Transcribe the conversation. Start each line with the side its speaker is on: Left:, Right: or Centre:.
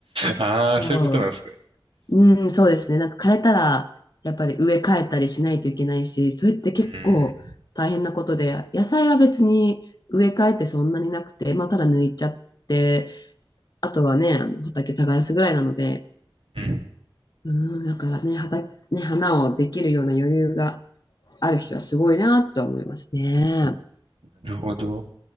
Right: ああ、
Left: そう、
Right: そういうことなんですね。
Left: うん、そうですね。なんか枯れたら、やっぱり植え替えたりしないといけないし、それって結構大変なことで、
Right: うん。
Left: 野菜は別に植え替えってそんなになくて、まあ、ただ抜いちゃって、あとはね、あの畑耕すぐらいなので、
Right: うん。
Left: うん、だからね、はた、ね、花をできるような余裕がある人はすごいなとは思いますね。
Right: なるほど。